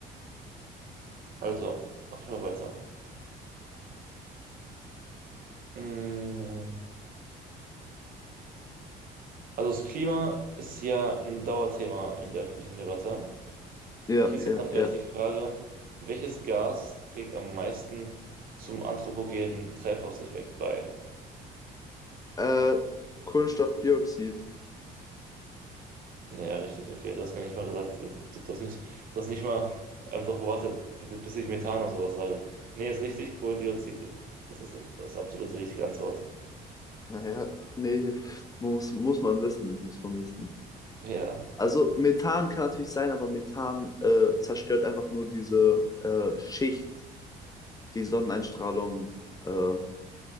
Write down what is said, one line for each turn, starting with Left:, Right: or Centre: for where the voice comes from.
Right: Also, mach ich mal weiter. Mm, Also das Klima ist ja ein Dauerthema in der öffentlichen Debatte.
Left: Ja,
Right: Hierzu
Left: ja,
Right: dann gleich
Left: ja.
Right: die Frage, welches Gas trägt am meisten zum anthropogenen Treibhauseffekt bei?
Left: Äh, Kohlenstoffdioxid.
Right: Ja, richtig, okay. Du hast mir nicht mal gesagt, äh, du, du hast mich, du hast nicht mal ähm, darauf gewartet, b- b- bis ich Methan und sowas sage. Nee, ist richtig, Kohlendioxid ist, ist, ist, ist absolut die richtige Antwort.
Left: Naja, nee, muss, muss man wissen, muss man wissen.
Right: Ja.
Left: Also Methan kann natürlich sein, aber Methan äh, zerstört einfach nur diese äh, Schicht, die Sonneneinstrahlung äh,